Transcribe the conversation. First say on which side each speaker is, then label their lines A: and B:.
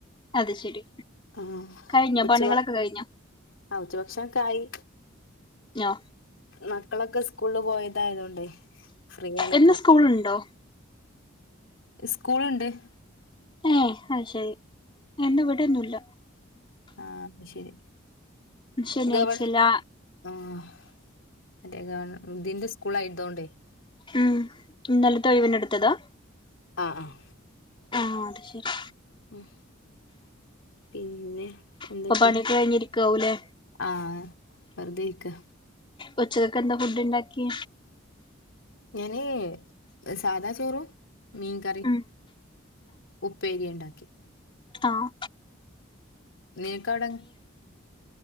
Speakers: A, on the left; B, on the left.
A: അത് ശരി
B: ആ
A: കഴിഞ്ഞോ
B: ഉച്ച
A: പണികളൊക്കെ
B: വ
A: കഴിഞ്ഞോ
B: ആ ഉച്ചഭക്ഷൻ ക്കായി
A: നോ
B: മക്കളൊക്കെ സ്കൂളില് പോയതായതോണ്ട് ഫ്രീ ആണിപ്പൊ
A: എന്ന് സ്കൂളുണ്ടോ
B: സ്കൂളുണ്ട്
A: ഏ അത് ശരി എന്ന വിടേന്നു ഇല്ല
B: ആഹ് ശരി
A: ശനിയാഴ്ചല്ല
B: ഗവൺ ആഹ് മറ്റേ ഗവൺ ഇതിന്റെ സ്കൂളായതോണ്ടെ
A: ഉം നല്ല തൊഴ്‌വനെടുത്തതാ
B: ആഹ് ആഹ്
A: ആഹ് അത് ശരി
B: മ് പിന്നെ എന്തൊക്കെ
A: ഇപ്പൊ പണിയൊക്കെ കഴിഞ്ഞിരിക്കാവൂല്ലേ
B: ആഹ് വെറുതെ ഇര്ക്ക
A: ഒച്ചതൊക്കെ എന്താ ഫുഡ് ഇണ്ടാക്കി
B: ഞാനേ സാധാ ചോറും മീൻ കറീം
A: ഉം
B: ഉപ്പേരി ഒണ്ടാക്കി
A: ആഹ്
B: നീക്കവടങ്ങ്